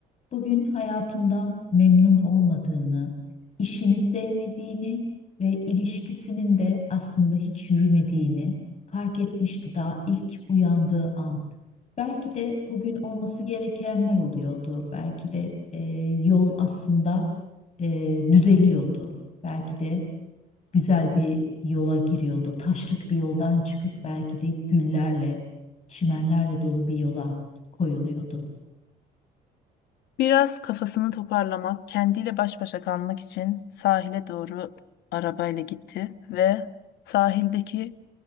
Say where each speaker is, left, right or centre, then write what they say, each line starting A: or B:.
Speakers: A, on the left (about 40°); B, on the left (about 80°).
A: Bugün hayatından memnun olmadığını, işini sevmediğini ve ilişkisinin de aslında hiç yürümediğini fark etmişti daha ilk uyandığı an. Belki de bugün olması gerekenler oluyordu. Belki de e, yol aslında e, düzeliyordu. Belki de güzel bir yola giriyordu. Taşlık bir yoldan çıkıp belki de güllerle, çimenlerle dolu bir yola koyuluyordu.
B: Biraz kafasını toparlamak, kendiyle baş başa kalmak için sahile doğru arabayla gitti ve sahildeki